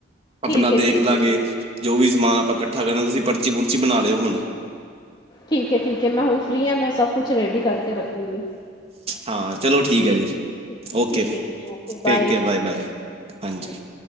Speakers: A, on the right (about 30°); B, on the left (about 25°).
A: ਆਪਨਾ
B: ਠੀਕ
A: ਦੇਖਲਾਂਗੇ।
B: ਹੈ ਠੀਕ ਹੈ ਠੀਕ
A: ਜੋ ਵੀ ਸਮਾਨ ਆਪਾਂ ਕੱਠਾ ਕਰਨਾ ਤੁਸੀਂ ਪਰਚੀ-ਪੁਰਚੀ ਬਣਾ ਲਿਓ ਹੁਨ।
B: ਠੀਕ ਐ, ਠੀਕ ਐ, ਮੈਂ ਹੁਨ ਫਰੀ ਆਂ, ਮੈਂ ਸਭ ਕੁਛ ਰੇਡੀ ਕਰਕੇ ਰੱਖਨੀ ਆਂ।
A: ਹਾਂ, ਚਲੋ ਠੀਕ ਏ ਜੀ,
B: ਠੀਕ
A: ਓਕੇ,
B: ਠੀਕ ਹੈ ਠੀਕ ਹੈ okay bye
A: take care, bye bye, ਹਾਂਜੀ।
B: ਬਾਏ।